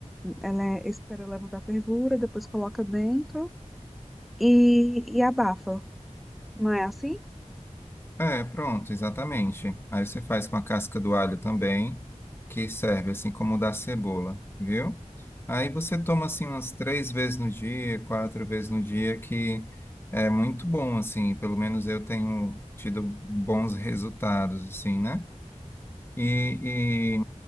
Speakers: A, in the centre; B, on the left (about 20°).
A: ela é- espera levantar a fervura, depois coloca dentro e, e abafa. Não é assim?
B: É, pronto, exatamente. Aí você faz com a casca do alho também, que serve assim como o da cebola, viu? Aí você toma assim umas três vezes no dia, quatro vezes no dia, que é muito bom, assim. Pelo menos eu tenho tido bons resultados, assim, né? E,